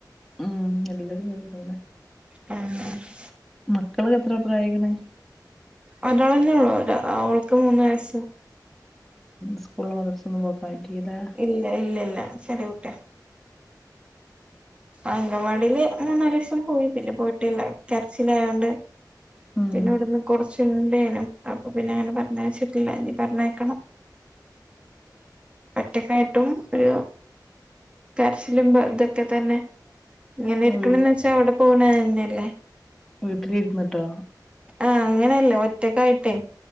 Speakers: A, in the centre; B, on the right.
A: ഉം എല്ലരും ചന്നന്നെ <unintelligible>
B: ആ <unintelligible>
A: മകൾക്ക് എത്ര പ്ര്രായായ്ക്ന്
B: ഒരാള് ഉള്ളൂ അവൾക്ക് മൂന്ന് വയസ്സ്
A: സ്കൂളിലും മദ്രാസിലും പോകായിട്ടില്ല ലെ
B: ഇല്ല ഇല്ല ഇല്ല ചെറിയക്കുട്ടി അങ്കവാടിയില് മൂന്നാല് ദിവസം പോയി പിന്നെ പോയിട്ടില്ല കരച്ചിലയോണ്ട്
A: ഉം
B: പിന്നെ ഇവിടുന്ന് കുറച്ണ്ടെയേനും അപ്പൊ പിന്നെ അങ്ങനെ പറഞ്ഞ വെച്ചിട്ടില്ല ഇനി പറഞ്ഞേക്കണം ഒറ്റക്കായീട്ടും ഒരു കരച്ചിലുംഇതൊക്കെ തന്നെ ഇങ്ങനെ ഇരിക്കന്ന്
A: വീ
B: വെച്ചാ അവിടെ പോകുന്ന അല്ലേ
A: വീട്ട്ലിരിന്ന്ട്ടോ
B: ആഹ് അങ്ങെനെല്ല ഒറ്റക്കായ്ട്ടേ